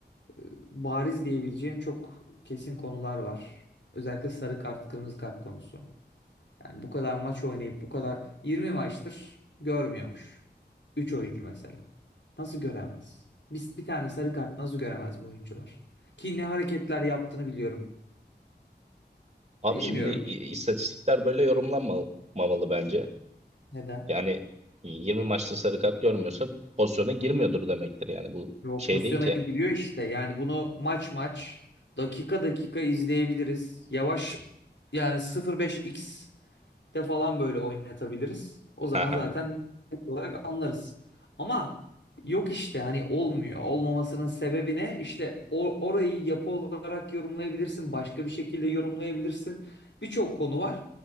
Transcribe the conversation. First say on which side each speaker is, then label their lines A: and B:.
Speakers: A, on the left (about 85°); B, on the right (about 35°).
A: e, bariz diyebileceğim çok kesin konular var. Özellikle sarı kart, kırmızı kart konusu. Yani bu kadar maç oynayıp bu kadar 20 maçtır görmüyormuş. üç oyuncu mesela. Nasıl göremez? Biz bir tane sarı kart nasıl göremez bu oyuncular? Ki ne hareketler yaptığını biliyorum.
B: Abi
A: Bilmiyorum
B: şimdi i- istatistikler böyle yorumlanmamalı bence.
A: neden.
B: Yani 20 maçta sarı kart görmüyorsa pozisyona girmiyordur demektir. Yani bu
A: Ve o
B: şey
A: pozisyona
B: değil ki.
A: giriyor işte. Yani bunu maç maç dakika dakika izleyebiliriz. Yavaş yani 0.5x de falan böyle oynatabiliriz. O zaman
B: Haha.
A: zaten net olarak anlarız. Ama yok işte hani olmuyor. Olmamasının sebebi ne? İşte o- orayı yapı olarak yorumlayabilirsin. Başka bir şekilde yorumlayabilirsin. Birçok konu var.